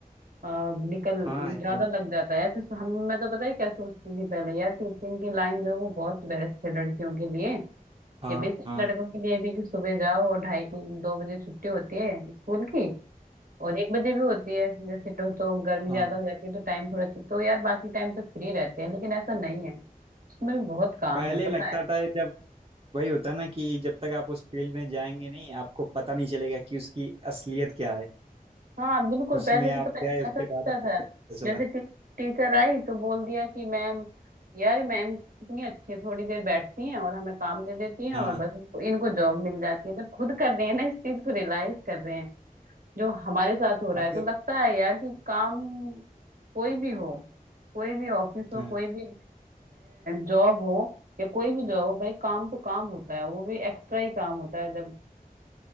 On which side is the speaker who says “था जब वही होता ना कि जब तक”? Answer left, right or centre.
Right